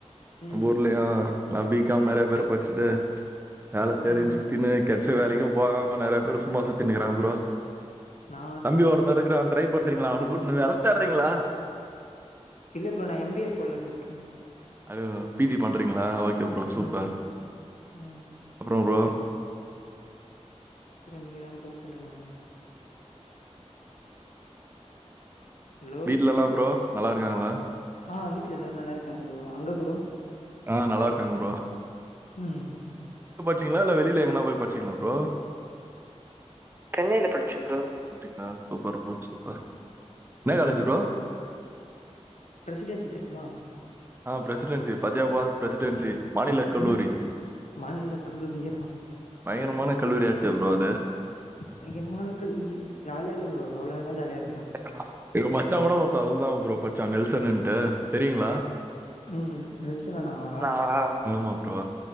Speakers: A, on the left; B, on the right.
A: ம்
B: நம்ப ஊர்லயு எல்லா பி காம் நறைய பேர் படிச்சுட்டு வேல தேடினு
A: ம்
B: சுத்தினு கெடச் ச்ச வேலைக்கு போகாம நறைய பேர் சும்மா சுத்தின்னு இருக்றங்க ப்ரோ
A: நா
B: தம்பி ஒருத்த இருக்குறா ட்ரை பண்றீங்ளா அவன கூட்டுனு வேல தேடுறீங்ளா
A: இல்ல ப்ரோ நா எம் பி ஏ போட்லானு இருக்கே
B: அது பி ஜி பண்றீங்ளா ஓகே ஓகே ப்ரோ சூப்பர்
A: ம் ம்
B: அப்றோ ப்ரோ
A: அப்பற நீங்க தா ப்ரோ சொல்லணு ஹலோ
B: வீட்லலா ப்ரோ, நல்லா இருக்காங்ளா?
A: ஆ வீட் ட்ல எல்லாரு நல்லா இருக்காங்க ப்ரோ, அங்க ப்ரோ
B: ஆ நல்லா இருக்காங்க ப்ரோ
A: ம்
B: டீங்களா இல்ல வெளியில எங்கனா போய் பாச்சீங்களா ப்ரோ சென்னையில படிச்சே ப்ரோ பாருப்பா சூப்பர் என்னா காலேஜி
A: ம்
B: ப்ரோ
A: பிரசிடென்சி தெரியுமா
B: ஆஹ் பிரெசிடென்சி பச்யப்பாஸ் பிரசிடென்சி மாநில கல்லூரி.
A: உம் மாநில கல்லூரியேதா
B: பயங்கரமான கல்லூரி ஆச்சே ப்ரோ அது
A: பயங்கரமான கல்லூரி ஜாலியா இருக்கு ப்ரோ அவ்ளோ நல்லா ஜாலியாருக்
B: <inaudible> எங்க மச்சா கூட ஒருத்தவ அதுலதா ப்ரோ பட்ச்சா நெல்சன்ட்டு தெரியுங்களா
A: உம் நெல்சன் அண்ணா வா
B: நானா? ஆமா ப்ரோ